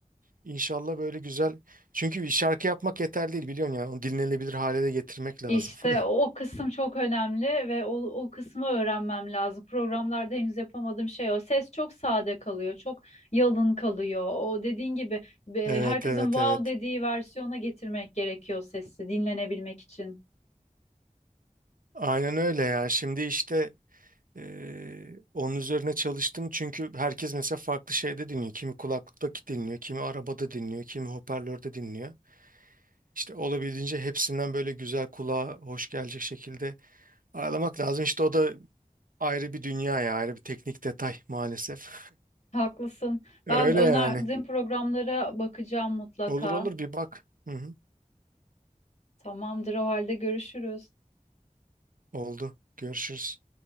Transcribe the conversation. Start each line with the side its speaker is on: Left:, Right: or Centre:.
Right: İnşallah böyle güzel. Çünkü bir şarkı yapmak yeterli değil biliyorsun ya. Onu dinlenebilir hale de getirmek lazım.
Left: İşte
Right: <laughs>
Left: o kısım çok önemli ve o, o kısmı öğrenmem lazım. Programlarda henüz yapamadığım şey o. Ses çok sade kalıyor, çok yalın kalıyor. O dediğin gibi e,
Right: Evet
Left: herkesin
Right: evet
Left: wow
Right: evet.
Left: dediği versiyona getirmek gerekiyor sesi dinlenebilmek için.
Right: Aynen öyle ya. Şimdi işte eee, onun üzerine çalıştım. Çünkü herkes mesela farklı şeyde dinliyor. Kimi kulaklıkta dinliyor, kimi arabada dinliyor, kimi hoparlörde dinliyor. İşte olabildiğince hepsinden böyle güzel kulağa hoş gelecek şekilde ayarlamak lazım. İşte o da ayrı bir dünya ya, ayrı bir teknik detay maalesef.
Left: Haklısın.
Right: <laughs> Öyle
Left: Ben önerdiğin
Right: yani.
Left: programlara bakacağım mutlaka.
Right: Olur olur bir bak. Hı hı.
Left: Tamamdır o halde görüşürüz.
Right: Oldu. Görüşürüz.